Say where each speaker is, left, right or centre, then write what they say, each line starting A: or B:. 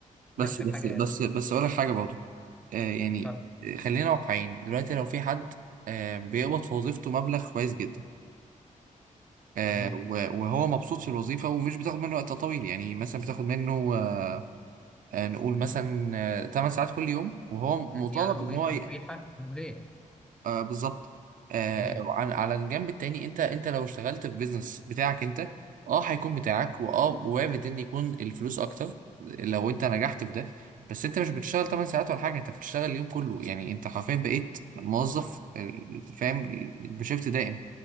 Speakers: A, on the right; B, in the centre.
A: بس
B: نفس
A: بس
B: الحاجه
A: بس بس اقول لك حاجه برضه آه يعني
B: اتفضل
A: خلينا واقعيين دلوقتي لو في حد آه بيقبض في وظيفته مبلغ كويس جدا آه،
B: جميل
A: و- وهو مبسوط في الوظيفة ومش بتاخد منه وقت طويل يعني مثلا بتاخد منه آه، آه، نقول مثلا 8 ساعات كل يوم وهو مطالب
B: يعني
A: ان
B: وظيفه
A: هو ي-
B: مريحه مجديه
A: آه، بالظبط آه،
B: جميل
A: عن- على الجنب التاني انت انت لو اشتغلت في بيزنس بتاعك انت اه هيكون بتاعك واه وارد ان يكون الفلوس اكتر لو انت نجحت في ده بس انت مش بتشتغل 8 ساعات ولا حاجة انت بتشتغل اليوم كله يعني انت حرفيا بقيت موظف آه، فاهم بشيفت دائم